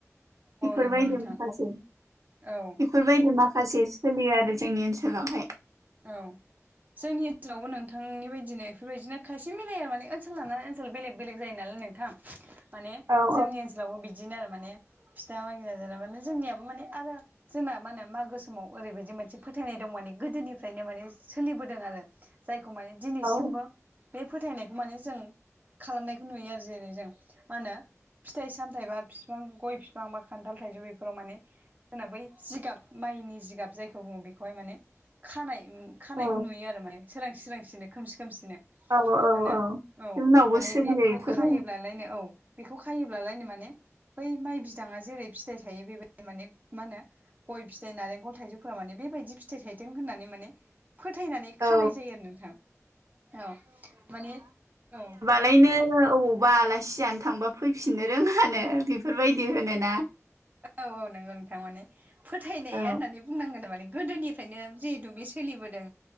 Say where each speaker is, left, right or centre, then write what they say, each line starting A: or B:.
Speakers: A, on the right; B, on the right.
A: बिफोर
B: नंगौ
A: बायदि
B: नोंथां
A: माखासे
B: औ
A: बेफोरबायदि माखासे सोलियो आरो जोंनि ओनसोलावहाय
B: औ जोंनि ओनसोलावबो नोंथांनि बायदिनो इफोरबायदिनो खायसे मिलाया माने ओनसोल लानानै ओनसोल बेलेग बेलेग जायो नालाय नोंथां
A: <inaudible>
B: माने
A: औ
B: जोंनि ओनसोलावबो बिदिनो आरो माने फिथा मागिना जाना माने जोंनियाबो माने आरो जोंना मानो मागो समाव ओरैबायदि मोनसे फोथायनाय दं माने गोदोनि फ्रायनो माने सोलिबोदों आरो जायखौ माने दिनैसिमबो
A: औ
B: बे फोथायनायखौ माने जों खालामनायखौ नुयो आरो जेरै जों मा होनो फिथाइ सामथायाइ बा बिफां गय बिफां बा खान्थाल थाइजौ बेफोराव माने जोंना बै जिगाब माइनि जिगाब जायखौ बुङो बेखौहाय माने खानाय उम खानायखौ
A: औ
B: नुयो आरो माने सोरांसि सोरां सिनो खोमसि खोमसिनो
A: औ औ
B: मानो
A: औ
B: औ
A: जोंनावबो
B: माने
A: सोलियो
B: बेखौ
A: इफोरो
B: खायोब्लालायनो औ बेखौ खायोब्लालायनो माने बै माइ बिदाङा जेरै फिथाइ थायो बेबायदिनो माने मा होनो गय फिथाइ नारेंखल थाइजौफोरा माने बेबायदि फिथाइ थाइ दों होननानै माने फोथायनानै खानाय
A: औ
B: जायो आरो नोंथां औ माने औ
A: लायनो अबावबा आलासि जानो थांबा फैफिननो रोङानो बेफोरबायदि होनो
B: औ औ नंगौ नोंथां माने फोथायनाया
A: औ
B: होननानै बुंनांगोन माने गोदोनिफ्रायनो जिहेथु बे सोलिबोदों